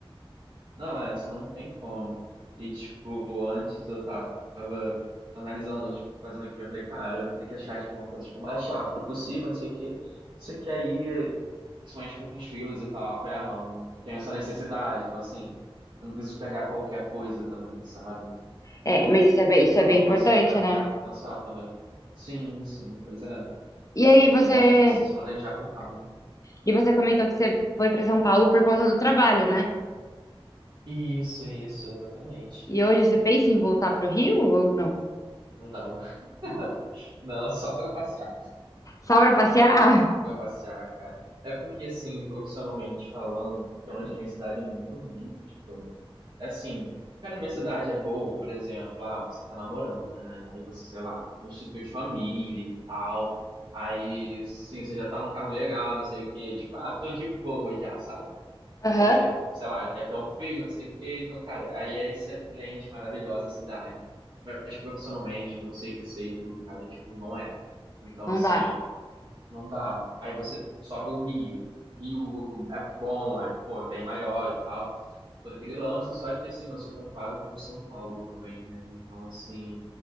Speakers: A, on the right; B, on the left.
A: Não, é, senão não tem como. E, tipo, antes eu tava analisando, tipo, fazendo aqui, eu falei, cara, eu vou ter que achar, tipo, uma coisa, tipo, mais rápido possível, não sei o quê. Só que aí principalmente com os filhos e tal. Eu falei, ah, não, não tenho essa necessidade. Então, assim, eu não preciso pegar qualquer coisa também, sabe? Então,
B: É, mas isso é bem, isso
A: é
B: é
A: uma
B: bem
A: coisa
B: importante,
A: que dá pra
B: né?
A: pensar também. Sim, sim, pois é.
B: E aí
A: Porque
B: você,
A: dá pra você se planejar com calma.
B: e você comentou que você foi pra São Paulo por conta do trabalho, né?
A: Isso, isso, exatamente.
B: E hoje você pensa em voltar pro Rio ou não?
A: Não, <laughs> não, só pra passear,
B: Só pra passear? <laughs>
A: só pra passear, cara. É porque, assim, profissionalmente falando, pelo menos na minha cidade é muito ruim. Tipo, Assim, cara, minha cidade é boa, por exemplo, ah, você tá namorando, né? Aí você, sei lá, constitui família e tal. Aí, sim, você já tá num cargo legal, não sei o quê. Tipo, ah, tô de boa já, sabe?
B: Aham.
A: Aí já, sei lá, quer ter um filho, não sei o quê. Então, cara, aí é excelente, maravilhosa a cidade. Mas tipo, profissionalmente, pra você crescer e tudo, cara, tipo, não é. Então,
B: Não
A: assim,
B: dá.
A: não dá. Aí você sobe o Rio. Rio é bom, é, pô, é bem maior e tal todo aquele lance, só que assim, não se compara com o São Paulo também, né? Então, assim,